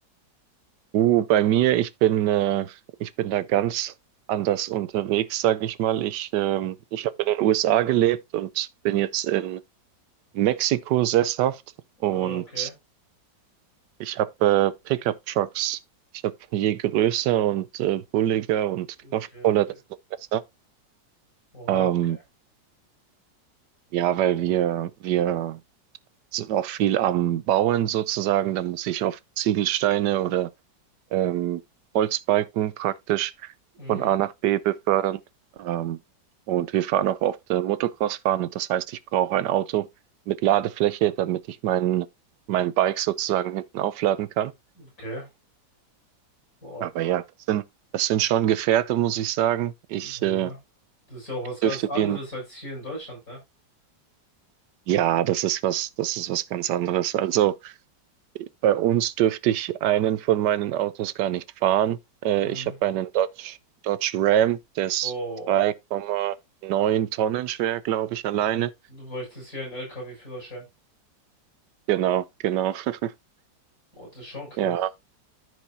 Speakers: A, on the right; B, on the left.
A: Uh, bei mir, ich bin, äh, ich bin da ganz anders unterwegs, sage ich mal. Ich, ähm, ich habe in den USA gelebt und bin jetzt in Mexiko sesshaft und
B: Ah, Okay.
A: ich habe äh, Pickup-Trucks. Ich habe je größer und äh, bulliger und kraftvoller,
B: Okay, okay.
A: desto besser.
B: Oha,
A: Ähm,
B: okay.
A: ja, weil wir, wir sind auch viel am Bauen sozusagen. Da muss ich auf Ziegelsteine oder ähm, Holzbalken praktisch
B: Mhm,
A: von A nach B befördern. Ähm, und wir fahren auch oft äh, Motocross fahren und das heißt, ich brauche ein Auto mit Ladefläche, damit ich mein, mein Bike sozusagen hinten aufladen kann.
B: okay. Boah,
A: Aber ja, das sind, das sind schon Gefährte, muss ich sagen. Ich,
B: ja.
A: äh,
B: Das ist ja auch
A: ich
B: was ganz
A: dürfte
B: anderes
A: dir,
B: als hier in Deutschland, ne?
A: ja, das ist was, das ist was ganz anderes. Also, Bei uns dürfte ich einen von meinen Autos gar nicht fahren. Äh,
B: Mhm.
A: ich habe einen Dodge, Dodge Ram, der ist
B: Oh,
A: 3,9 Tonnen schwer, glaube ich, alleine.
B: äh, du bräuchtest hier einen LKW-Führerschein.
A: Genau, genau. <laughs>
B: Boah, das ist schon krass.
A: Ja,